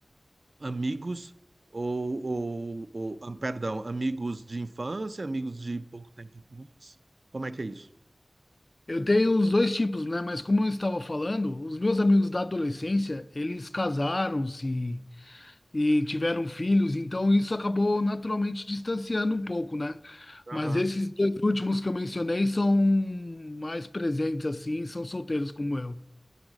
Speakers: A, on the right; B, on the left.
A: amigos ou, ou, ou ah, perdão, amigos de infância, amigos de pouco tempo atrás? Como é que é isso?
B: Eu tenho os dois tipos, né? Mas como eu estava falando, os meus amigos da adolescência, eles casaram-se e tiveram filhos, então isso acabou naturalmente distanciando um pouco, né?
A: Aham.
B: Mas esses dois últimos que eu mencionei são mais presentes assim, são solteiros como eu.